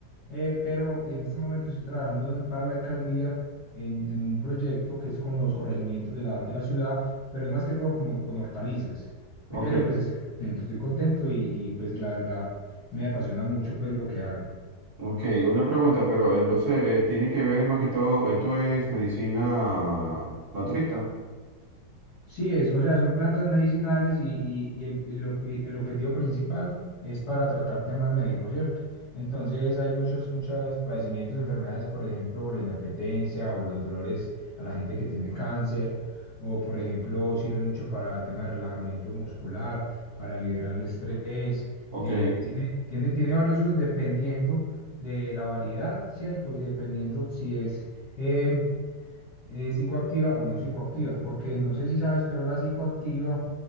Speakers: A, on the left; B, on the right.
A: eh, pero en este momento estoy trabajando en- para la alcaldía en, en un proyecto que es con los corregimientos de la, de la ciudad, pero es más que todo como con hortalizas.
B: ok,
A: Pero pues estoy contento, estoy contento y, y pues la verdad me apasiona mucho pues lo que hago.
B: ok. Una pregunta, pero entonces eh, tiene que ver más que todo, esto es medicina naturista.
A: Sí, es, o sea, son plantas medicinales y, y- y el, el obje- el objetivo principal es para tratar temas médicos, ¿cierto? Entonces hay muchos, muchos padecimientos, enfermedades, por ejemplo, la inapetencia o los dolores a la gente que tiene cáncer, o por ejemplo, sirve mucho para el tema de relajamiento muscular, para liberar el estrés,
B: Ok,
A: eh, tiene, tiene, tiene varios usos dependiendo de la variedad, ¿cierto? Y dependiendo si es... em, eh, psicoactiva o no psicoactiva, porque no sé si sabes, pero la psicoactiva,